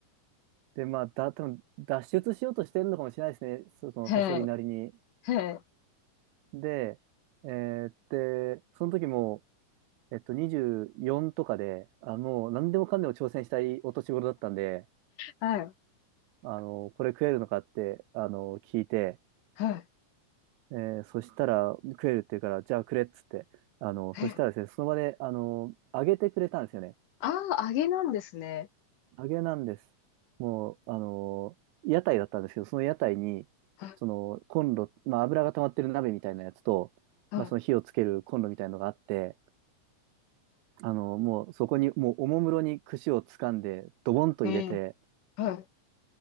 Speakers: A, on the right; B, on the left.
A: で、まあ、だ、多分脱出しようとしてるのかもしれないですね、そそのサソリなりに。
B: ーはい。はい。
A: で、えーで、その時も、えっと、24とかで、あ、もう何でもかんでも挑戦したいお年頃だったんで、
B: はい。
A: あの、これ食えるのかって、あの、聞いて、
B: はい。
A: えーそしたら食えるって言うから、じゃあくれっつって、あの、
B: はい
A: そしたらですね、その場で、あの、揚げてくれたんですよね。
B: ああ、揚げなんですね。
A: 揚げなんです。もう、あの、屋台だったんですけど、その屋台に、
B: はい。
A: そのコンロ、まあ、油が溜まってる鍋みたいなやつと、
B: は
A: まあ、その火をつけるコンロみたいなのがあって、あの、もうそこに、もうおもむろに串をつかんで、ドボンと入れて、
B: い。えーはい。